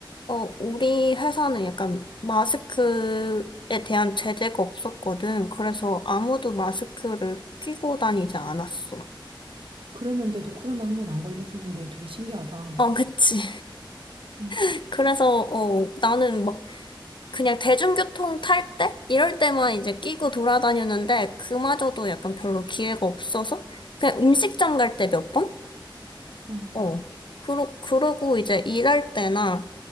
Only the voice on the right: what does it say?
그랬는데도 코로나 한번 안 걸렸는 게 되게 신기하다.
어,
어,